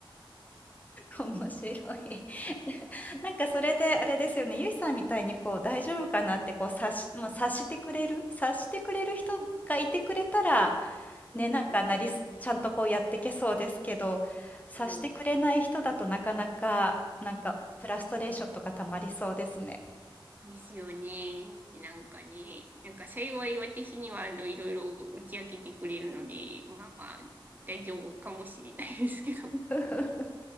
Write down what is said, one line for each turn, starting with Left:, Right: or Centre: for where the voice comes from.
Left: 面白い。<laughs> なんかそれであれですよね、ゆいさんみたいにこう大丈夫かなってこう察し、まあ、察してくれる、察してくれる人がいてくれたら、
Right: うん
Left: ね、なんんかなりす、ちゃんとこうやってけそうですけど、察してくれない人だとなかなか、
Right: うん <laughs>
Left: なんかフラストレーションとか溜まりそうですね。
Right: ですよね。なんかね、なんか幸い私にはあのいろいろ打ち明けてくれるので、まあまあ大丈夫かもしれないですけど、
Left: <laughs>